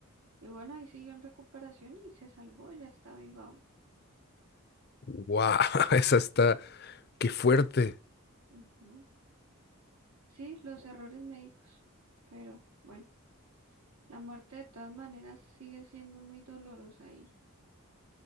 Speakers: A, on the right; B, on the left.
A: y bueno, ahí siguió en recuperación y se salvó, ya está viva aún.
B: Wow, <laughs> esa está, qué fuerte.
A: Ujú. Sí, los errores médicos, pero bueno, la muerte de todas maneras sigue siendo muy dolorosa y